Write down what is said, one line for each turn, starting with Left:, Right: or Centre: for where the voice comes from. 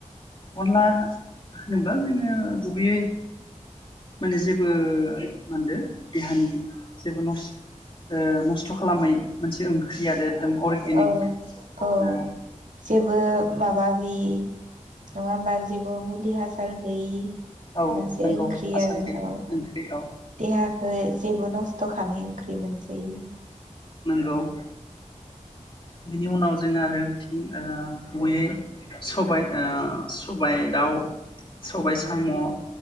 Left: अनला होनोब्ला जोङो गुबैयै माने जेबो मा होनदो देहानि जेबो नस्थ नस्थ' खालामै मोनसे ओंख्रि आरो। एकदम अर्गेनिक।
Right: औ औ
Left: ओ
Right: जेबो माबा गैयि। <inaudible> नङा होमबा जेबो मुलि हासार गैयि।
Left: औ
Right: मोनसे
Left: नंगौ
Right: ओंख्रि
Left: हासार
Right: आरो
Left: गैयै
Right: औ
Left: ओंख्रि औ
Right: देहाखौ जेबो नस्थ' खालामै ओंख्रि मोनसे इयो।
Left: औ बिनि उनाव जोंहा आरो बिथिं ओ गयै बिदिनो सबाय दाउ सबाय साम'। साम'